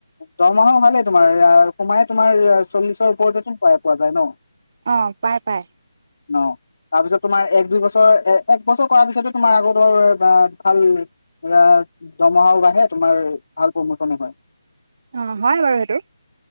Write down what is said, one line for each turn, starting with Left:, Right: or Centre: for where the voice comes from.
Left: দৰমাহাও ভালেই, তোমাৰ সোমাই তোমাৰ, চল্লিশৰ ওপৰতে তো পাই, পোৱা যায় ন।
Right: অ পাই। ‌পাই।
Left: ন তাৰ পিছত তোমাৰ এক দুই বছৰ এক বছৰ কৰাৰ পিছতে তোমাৰ আকৌ ধৰ ভাল দৰমহাও বাঢ়ে তোমাৰ ভাল প্ৰমোচনে হয়।
Right: অ হয় বাৰু সেইটো।